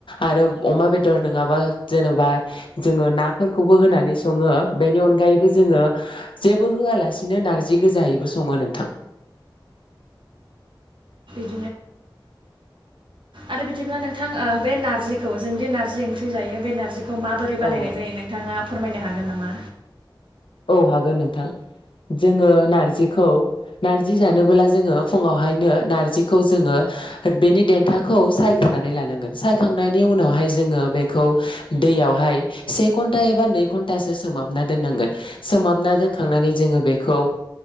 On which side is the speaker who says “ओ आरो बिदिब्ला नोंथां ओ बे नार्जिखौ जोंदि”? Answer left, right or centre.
Right